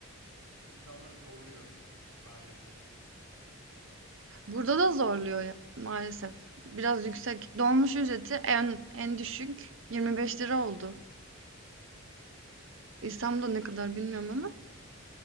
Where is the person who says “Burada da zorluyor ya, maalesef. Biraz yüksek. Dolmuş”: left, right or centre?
Right